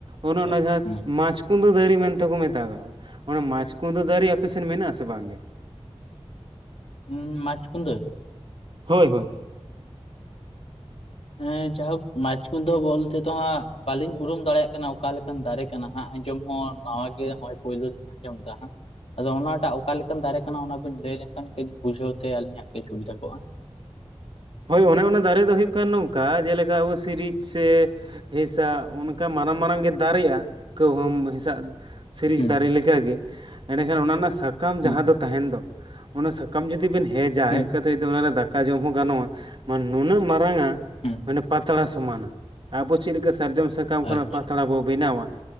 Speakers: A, on the right; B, on the left.
A: ᱚᱱᱮ
B: ᱟᱪᱪᱷᱟ
A: ᱚᱱᱟ ᱡᱟᱦᱟᱸ
B: ᱦᱮᱸ
A: ᱢᱟᱪ ᱠᱩᱸᱫᱟᱹ ᱫᱟᱨᱤ ᱢᱮᱱᱛᱮ ᱠᱚ ᱢᱮᱛᱟᱜᱟᱜᱼᱟ ᱚᱱᱟ ᱢᱟᱪ ᱠᱩᱸᱫᱟᱹ ᱫᱟᱨᱮ ᱟᱯᱮᱥᱮᱱ ᱢᱮᱱᱟᱜ ᱟᱥᱮ ᱵᱟᱝᱜᱮ?
B: ᱦᱩᱸ ᱢᱟᱪ ᱠᱩᱸᱫᱟᱹ
A: ᱦᱳᱭ ᱦᱳᱭ
B: ᱮᱸ ᱡᱟᱦᱚᱠ ᱢᱟᱪ ᱠᱚᱫᱚ ᱵᱚᱞᱛᱮ ᱫᱚ ᱦᱟᱸᱜ ᱵᱟᱹᱞᱤᱧ ᱩᱨᱩᱢ ᱫᱟᱲᱮᱭᱟᱜ ᱠᱟᱱᱟ ᱚᱠᱟᱞᱮᱠᱟᱱ ᱫᱟᱨᱮ ᱠᱟᱱᱟ ᱦᱟᱸᱜ ᱟᱸᱡᱚᱢ ᱦᱚᱸ ᱱᱟᱣᱟ ᱜᱮ ᱦᱚᱼᱚᱭ ᱯᱳᱭᱞᱳ ᱞᱤᱧ ᱟᱸᱡᱚᱢ ᱫᱟ ᱦᱟᱸᱜ ᱟᱫᱚ ᱚᱱᱟᱴᱟᱜ ᱚᱠᱟᱞ ᱞᱮᱠᱟᱱ ᱫᱟᱨᱮ ᱠᱟᱱᱟ ᱚᱱᱟᱵᱤᱱ ᱞᱟᱹᱭ ᱞᱮᱱᱠᱷᱟᱱ ᱠᱟᱹᱡ ᱵᱩᱡᱷᱟᱹᱣ ᱛᱮ ᱟᱹᱞᱤᱧᱟᱜ ᱠᱟᱹᱡ ᱥᱩᱵᱤᱫᱷᱟ ᱠᱚᱜᱼᱟ᱾
A: ᱦᱳᱭ ᱚᱱᱮ ᱚᱱᱟ ᱫᱟᱨᱮ ᱫᱚ ᱦᱩᱭᱩᱜ ᱠᱟᱱ ᱱᱚᱝᱠᱟ ᱡᱮᱞᱮᱠᱟ ᱟᱵᱚ ᱥᱤᱨᱤᱡ ᱥᱮ ᱦᱮᱥᱟᱜ ᱚᱱᱠᱟ ᱢᱟᱨᱟᱝ ᱢᱟᱨᱟᱝ ᱜᱮ ᱫᱟᱨᱮᱜᱼᱟ ᱠᱟᱹᱣᱦᱩᱢ ᱦᱮᱸᱥᱟᱜ ᱥᱤᱨᱤᱡ
B: ᱦᱩᱸ
A: ᱫᱟᱨᱮ ᱞᱮᱠᱟᱜᱮ ᱮᱸᱰᱮᱠᱷᱟᱱ ᱚᱱᱟ ᱨᱮᱱᱟᱜ ᱥᱟᱠᱟᱢ ᱡᱟᱦᱟᱸ
B: ᱦᱩᱸ
A: ᱫᱚ ᱛᱟᱦᱮᱱ ᱫᱚ ᱚᱱᱟ ᱥᱟᱠᱟᱢ ᱡᱩᱫᱤ ᱵᱮᱱ ᱦᱮᱡ ᱡᱟ
B: ᱦᱩᱸ
A: ᱦᱮᱡ ᱠᱟᱛᱮ ᱚᱱᱟ ᱨᱮ ᱫᱟᱠᱟ ᱡᱚᱢ ᱦᱚᱸ ᱜᱟᱱᱚᱜᱼᱟ ᱢᱟ ᱱᱩᱱᱟᱹᱜ ᱢᱟᱨᱟᱝ ᱟ
B: ᱦᱩᱸ
A: ᱯᱟᱛᱲᱟ ᱥᱚᱢᱟᱱᱟ ᱟᱵᱚ ᱪᱮᱫ ᱪᱮᱫᱠᱟ ᱥᱟᱨᱡᱚᱢ ᱥᱟᱠᱟᱢ ᱠᱷᱚᱱᱟᱜ
B: ᱟᱪᱪᱷᱟ
A: ᱯᱟᱛᱲᱟ ᱵᱚ ᱵᱮᱱᱟᱣᱟ